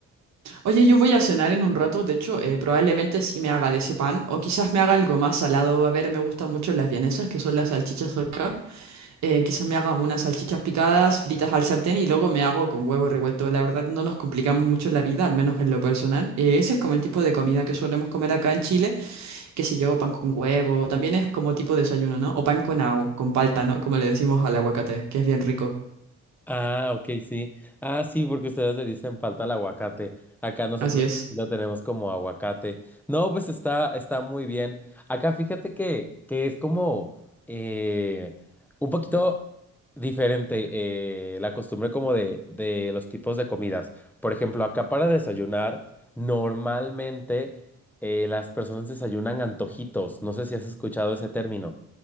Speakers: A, on the right; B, in the centre.
A: Oye, yo voy a cenar en un rato, de hecho, eh, probablemente sí me haga de ese pan o quizás me haga algo más salado. A ver, me gustan mucho las vienesas, que son las salchichas acá. Eh, quizás me haga unas salchichas picadas, fritas al sartén y luego me hago con huevo revuelto. La verdad no nos complicamos mucho la vida, al menos en lo personal. Eh, ese es como el tipo de comida que solemos comer acá en Chile. qué sé yo, pan con huevo, también es como tipo de desayuno, ¿no? O pan con agua, con palta, ¿no? Como le decimos al aguacate, que es bien rico.
B: Ah, ok, sí. Ah, sí, porque ustedes le dicen falta el aguacate. Acá nosotros
A: Así es.
B: lo tenemos como aguacate. No, pues está, está muy bien. Acá fíjate que, que es como eh, un poquito diferente eh, la costumbre como de, de los tipos de comidas. Por ejemplo, acá para desayunar, normalmente eh, las personas desayunan antojitos. No sé si has escuchado ese término.